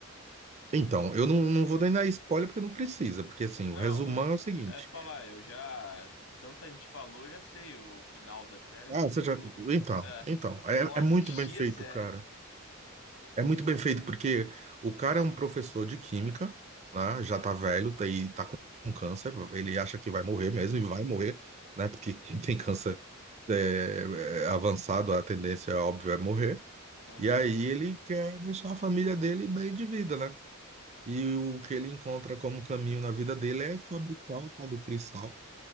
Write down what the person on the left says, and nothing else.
Não,
eu t-
é falar, eu já. Tanta gente falou, eu já sei o final da série, eu já
sei
tudo.
É,
eu não assisti
a série.
Aham,